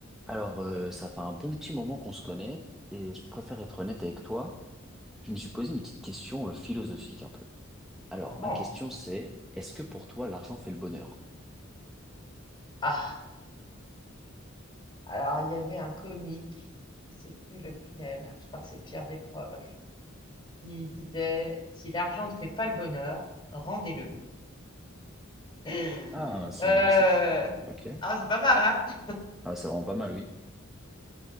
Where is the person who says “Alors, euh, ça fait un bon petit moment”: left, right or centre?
Centre